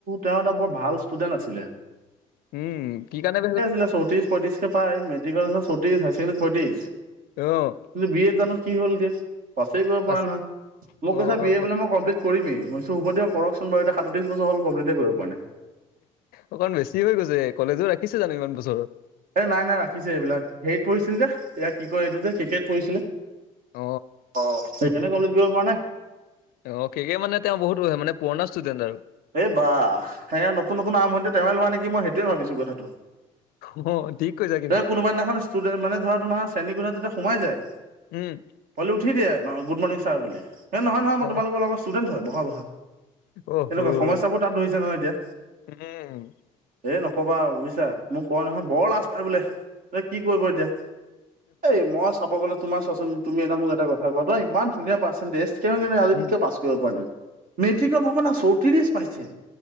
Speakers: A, on the right; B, on the left.
A: তেওঁ এটা বৰ ভাল ষ্টুডেন্ট আছিলে।
B: উম, কি কাৰণে <unintelligible>
A: চৌত্ৰিশ পয়ত্ৰিশকে পাই মেট্ৰিকৰ চৌত্ৰিশ হায় ছেকেণ্ডাৰীত পয়ত্ৰিশ।
B: অ'।
A: কিন্তু বি এত জানো কি হ'ল দিয়য়া পাছেই কৰিব
B: পাছ
A: পৰা নহয় মোক
B: অ
A: কৈছ বি
B: অ
A: এ বোলে মই কম্লিট কৰিমেইইো হব দিয়কোন বাৰু এতি সাতত্ৰছৰ হলমপ্িট কৰিব পৰা নাই
B: অকণ বেছি হৈ গৈছে কলেজো ৰাখিছে জানো ইমান বছৰত
A: এ নাই নাই ৰাখিছে এইবিলাক হেৰিতঢিছিল যে ইয়াৰ কি কয় এইটো যে কে্ৰিকেট পঢ়িছিলে
B: অ
A: অ সেইকাৰণে কমপ্লিট কৰিব প পৰা নে
B: অ সকে মানে তেওঁ বহুত মানে পুৰণা ষ্টুডেণ্ট আৰু
A: এই বা সে নতুন নতুন আম্ভণিতে তেওঁে লোৱা নেকি মই সেইটোৱে ভাবিছো কথাটো
B: অ ঠিক কৈছোগে
A: ত কোনোবা দিনাখন ষ্টুড মান ধৰা তোাৰ শ্ৰেণীকোা যেতিয়া সোমাই যায়।
B: উম
A: পোৱলি উঠি দিয়ে ন গুড মৰ্ণিং ছাৰ বুলি, এই নহয় নহয় মই
B: অ
A: তোমালোকৰ লগৰ ষ্টুডেণ্ট হয়, বহা বহা।
B: অ
A: তেনেকুৱা
B: হ'ল
A: সমস্যাবোৰ তাত ধৰিছে নহয় এতিয়া।
B: উম
A: এ নকবা বুজিছা, মোক কয় নহয় বৰ লাজ পায় বোলে। এ কি কৰিব এতিয়া, এই মই চাব গলে তোমাৰ তুমি এটা মোক এটা কথা কোৱা ত ই ধুনীয়া পাৰ্চে কে কেনে আজিয়ে
B: উম
A: কিয় প ে মেতিক ভাৱনা চৌঠিৰ পাইছে।